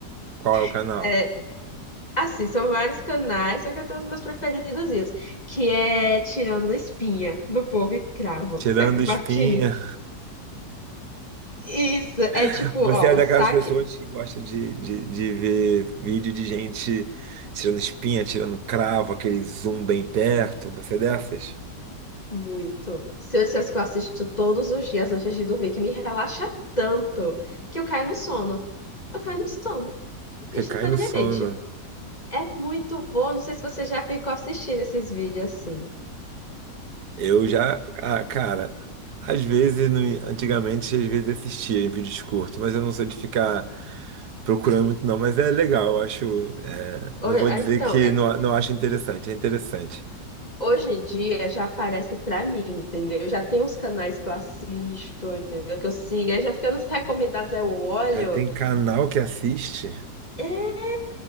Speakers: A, on the right; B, on the left.
A: qual é o canal?
B: <laughs> Assim, são vários canais, só que eu tenho os meus preferidozinhos, que é Tirando a Espinha, do Povo e Cravo.
A: Tirando
B: <laughs> Você compartilha?
A: espinha.
B: Isso, é
A: <laughs>
B: tipo,
A: Você
B: ó,
A: é
B: o
A: daquelas
B: saque,
A: pessoas que gosta de, de, de ver vídeo de gente tirando espinha, tirando cravo, aquele zoom bem perto. Você é dessas?
B: muito. Se eu dissesse que eu assisto todos os dias antes de dormir, que me relaxa tanto, que eu caio no sono. Eu caio no sono, instantaneamente.
A: Você cai no sono.
B: É muito bom, não sei se você já ficou assistindo esses vídeos assim.
A: Eu já, ah, cara, às vezes, no- antigamente, às vezes assistia em vídeos curtos, mas eu não sou de ficar procurando muito, não. Mas é legal, eu acho. é,
B: Ou-
A: não vou
B: ah,
A: dizer
B: Então,
A: que não, não acho interessante, é interessante.
B: Hoje em dia já aparece pra mim, entendeu? Já tem uns canais que eu assisto, entendeu? Que eu sigo, aí já fica nos recomendados, aí eu olho.
A: Já tem canal que assiste?
B: É,